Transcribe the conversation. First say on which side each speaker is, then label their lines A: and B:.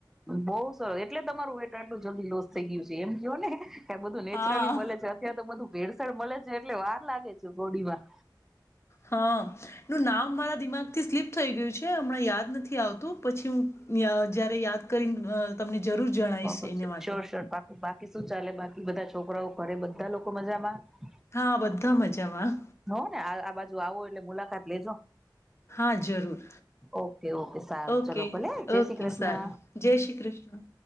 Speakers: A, in the centre; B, on the left (about 35°).
A: બઉ સર એટલે તમારું વેટ આટલું જલ્દી લોસ થઈ ગયું છે એમ કહો ને. એ બધું નેચરલી
B: હા.
A: મળે છે અત્યારે તો બધું ભેળસળ મળે છે એટલે વાર લાગે છે બોડીમાં.
B: હ, અ. નું નામ મારા દિમાગથી સ્લીપ થય ગયું છે, હમણાં યાદ નથી આવતું પછી હું જયારે યાદ કરી તમને જરૂર જણાવીશ
A: <unintelligible>
B: એને માટે
A: શ્યોર સ્યોર બાકી બાકી શું ચાલે બાકી. બધા છોકરાઓ, ઘરે બધા લોકો મજામાં.
B: હા બધા મજામાં.
A: હોવ ને આ આ બાજુ આવો એટલે મુલાકાત લેજો.
B: હા જરૂર
A: ઓકે ઓકે સારું
B: ઓકે
A: ચલો ભલે. જય
B: ઓકે
A: શ્રી કૃષ્ણ.
B: સારું જય શ્રી કૃષ્ણ.